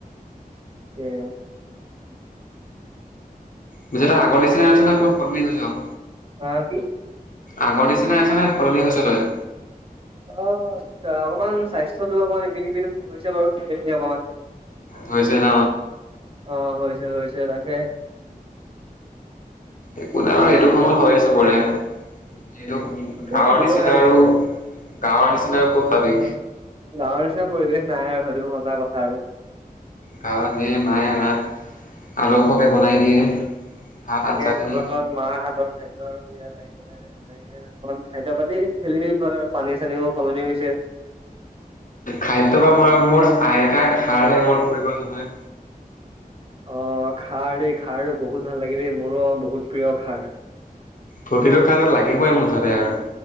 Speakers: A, on the right; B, on the left.
A: <inaudible>
B: নিজতে আগ নিচি নল অ'।
A: অ', কি?
B: আগৰ নিচিনাই আছেনে সলনি হৈছে তই?
A: অ', আচ্ছা অকণমান স্বাস্থ্যটো অকমান ইপিন সপিন হৈছে বাৰু খখি অকমান।
B: হয় হৈছে ন
A: অ হৈছে হৈছে তাকে
B: একো নাই অ', এইটো সময়
A: বাক
B: হৈ চবৰে। যিহেতু
A: উম সেইটো
B: গাৱৰ
A: হ'বই
B: নিচিনা আৰু
A: সেইটো
B: গাঁৱৰ নিচিনা ক'ত পাবি
A: গাঁৱৰ নিচিনা পৰিৱেশ নাই আৰু সেইটো সঁচা কথা আৰু
B: গাঁৱত দিয়ে মায়ে আমাক আল পকে বনাই দিয়ে। ভাত
A: তাকে
B: আঞ্জাখিনি
A: ঘৰত মাৰ হাতৰ খাদ্যয় আৰু ইয়াত আহি পেলাই এনেকে অকমান খাদ্য পাতি খেলি- মেলি হয় আৰু। পানী চানীও সলনি হৈছে।
B: খাদ্য বা মই মোৰ আইতাৰ খাৰলে মন পৰি গল নহয়
A: অ', খা দেই খাৰ বহুত ভাল লাগে দেই। মোৰো অ বহুত প্ৰিয় খাৰ
B: প্ৰতিটো কাৰণত লাগিবই মুঠতে আৰু